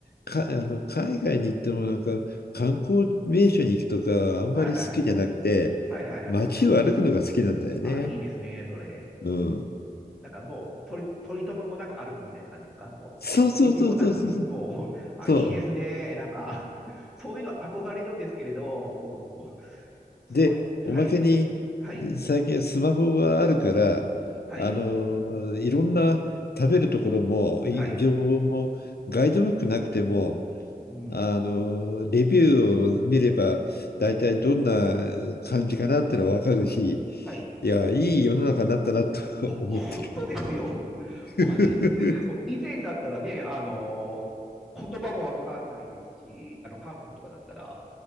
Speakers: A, on the left; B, in the centre.
A: か、あの、海外に行ってもなんか観光名所に行くとかあんまり好きじゃなくて、
B: はいはい。はいはいはい。
A: 街を歩くのが好きなんだよね。
B: あ、いいですね、それ。
A: うん。
B: なんかもう、取り、取り留めもなく歩くみたいな感じですかもう、
A: そうそうそうそうそうそう。
B: 目的もなく、もう、<laughs> あ、
A: そう。
B: いいですね。なんか、<laughs> そういうの憧れるんですけれど、僕も。そうい、
A: で、
B: はい、
A: おまけに
B: はい、
A: 最近はスマホがあるから、
B: はい、
A: あの、いろんな食べるところも、い情報もガイドブックなくても
B: はい、うん、
A: あの、レビューを見れば、大体どんな感じかなってのは分かるし、
B: はい。
A: いや、いい世の中になったなと <laughs> 思って
B: 本当ですよ。<laughs> もうね、
A: る
B: もう以前だったらね、あの言葉もわかんないですし、あの、韓国とかだったら、